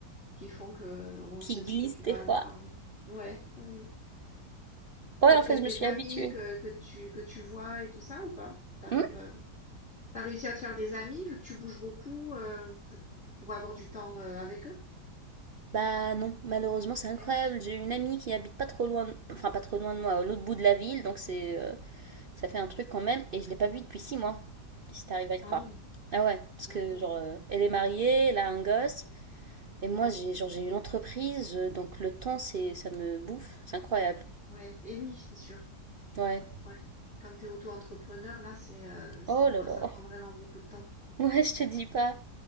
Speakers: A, on the left; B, on the right.
A: qui font que on
B: qui
A: se dit
B: glissent
A: que tu
B: des
A: dois
B: fois.
A: le parler. Ouais, ouais, oui.
B: Ouais,
A: T'as
B: en
A: peut-être
B: fait, je me
A: des
B: suis
A: amis
B: habituée.
A: que, que tu, que tu vois et tout ça ou pas? T'arrives,
B: Hmm
A: euh, t'as réussi à te faire des amis vu que tu bouges beaucoup euh, pour, pour avoir du temps euh, avec eux?
B: bah non, malheureusement, c'est incroyable.
A: Eh oui.
B: J'ai une amie qui habite pas trop loin, de- enfin pas trop loin de moi, à l'autre bout de la ville, donc c'est, euh, ça fait un truc quand même. Et je l'ai pas vue depuis six mois, si t'arrives à le croire.
A: Ah ouais,
B: Ah ouais, parce
A: d'accord.
B: que genre, euh, elle est mariée, elle a un gosse. Et
A: Ouais,
B: moi, j'ai genre j'ai une entreprise, euh, donc le temps, c'est ça me bouffe. C'est incroyable.
A: ouais. Eh oui, c'est sûr.
B: Ouais.
A: Ouais. Quand t'es auto-entrepreneur, là, c'est, euh, ça,
B: Oh
A: vra-
B: là là.
A: ça prend
B: <laughs>
A: vraiment beaucoup de temps.
B: Ouais, je te dis pas.